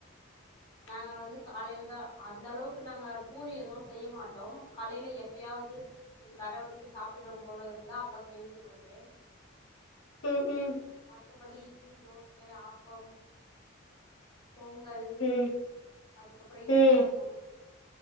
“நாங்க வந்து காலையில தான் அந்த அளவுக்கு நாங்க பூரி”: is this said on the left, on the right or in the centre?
Left